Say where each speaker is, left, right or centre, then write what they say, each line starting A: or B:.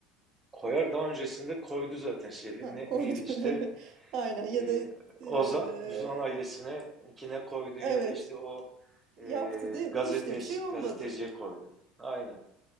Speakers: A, on the right; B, on the right.
A: Koyar daha öncesinde koydu zaten şeyli.
B: Ha,
A: Ne,
B: koydu.
A: neydi işte?
B: <laughs> Evet. Aynen ya
A: Ee,
B: da e,
A: Oza, Uzan ailesine kine koydu
B: evet
A: ya da işte o
B: yaptı
A: e,
B: değil
A: gazetesi,
B: mi? Hiç de bir şey olmadı.
A: gazeteciye koydu. Aynen.